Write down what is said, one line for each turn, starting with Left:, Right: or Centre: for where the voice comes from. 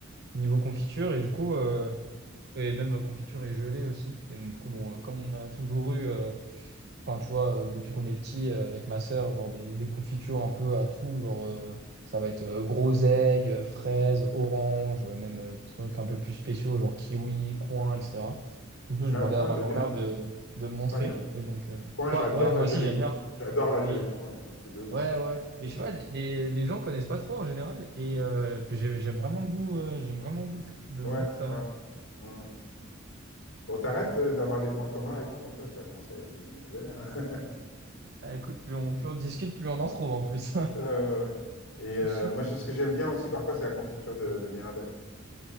Right: niveau confiture. Et du coup, euh, et même euh, confiture et gelée aussi. Et donc, du coup, bon, euh, comme on a toujours eu, euh, enfin, tu vois, euh, depuis qu'on est petit, euh, avec ma sœur, genre des, des confitures un peu à tout, genre, euh, ça va être euh, groseille, euh, fraise, orange, euh, même euh, trucs un peu plus spéciaux, genre kiwi, coin, etc. Du coup, j'ai
Left: Ah,
Right: demandé
Left: coin,
Right: à ma
Left: j'aime
Right: grand-mère
Left: bien. hein.
Right: de, de me montrer.
Left: Coin, j'aime bien.
Right: Et donc, euh,
Left: Coin,
Right: quoi,
Left: j'adore
Right: ouais, moi
Left: la gelée
Right: aussi, j'aime
Left: de coin.
Right: bien.
Left: J'adore la gelée
Right: Et,
Left: de coin, moi, un truc de ouf.
Right: ouais, ouais. Mais je sais pas, les, les gens connaissent pas trop en général. Et euh, puis j'ai- j'aime vraiment le goût, euh, j'aime vraiment le goût, le
Left: Ouais,
Right: goût que ça
Left: ouais.
Right: a.
Left: Mhm. Bon, t'arrêtes de- d'avoir des points communs avec moi comme ça, ça commence à devenir vénère. hein.
Right: Ah, écoute, plus on, plus on discute, plus on en trouve en plus.
Left: Ouais, ouais, ouais. ouais. Et
Right: <laughs>
Left: euh, moi, je- ce que j'aime bien aussi parfois, c'est la confiture de, de Mirabelle.